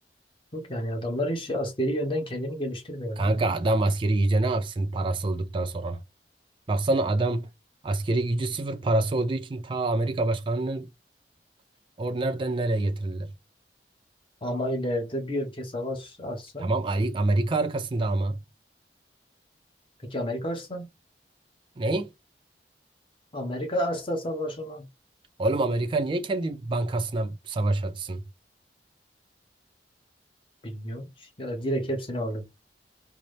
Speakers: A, on the left; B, on the right.
A: Yok yani adamlar hiç askeri yönden kendini geliştirmiyorlar.
B: Kanka adam askeri güce ne yapsın parası olduktan sonra? Baksana adam askeri gücü sıfır parası olduğu için ta Amerika başkanını or nereden nereye getirdiler.
A: Ama ileride bir ülke savaş açsa,
B: Tamam Ali- Amerika arkasında ama.
A: peki Amerika açsa?
B: Ne?
A: Amerika açsa savaş ona.
B: Oğlum Amerika niye kendi bankasına savaş atsın?
A: Bilmiyorum ki. Ya da direkt hepsini alır.